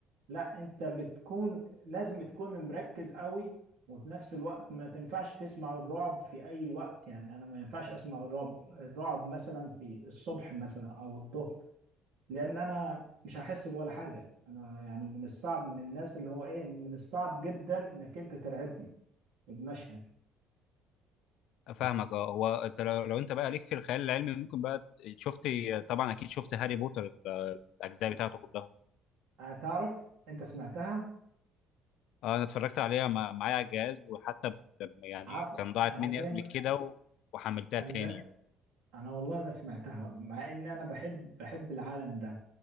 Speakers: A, on the right (about 75°); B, on the left (about 70°).
A: لا انت بتكون لازم تكون مركز قوي وفي نفس الوقت ما تنفعش تسمع الرعب في اي وقت يعني انا ما ينفعش اسمع الرعب الرعب مثلا في الصبح مثلا او الظهر لان انا مش هحس بولا حاجة انا يعني من الصعب من الناس اللي هو ايه من الصعب جدا انك انت ترعبني بمشهد
B: فاهمك اه هو انت لو, لو انت بقى ليك في الخيال العلمي ممكن بقى شفت طبعا اكيد شفت هاري بوتر ال- الاجزاء بتاعته كلها
A: هتعرف انت سمعتها
B: آه انا اتفرجت عليها مع- معايا على الجهاز وحتى ب- لما يعني
A: عارف
B: كان ضاعت
A: انا
B: مني
A: دايما
B: قبل كده و- وحملتها
A: انا
B: تاني
A: دا انا والله ما سمعتها مع ان انا بحب بحب العالم ده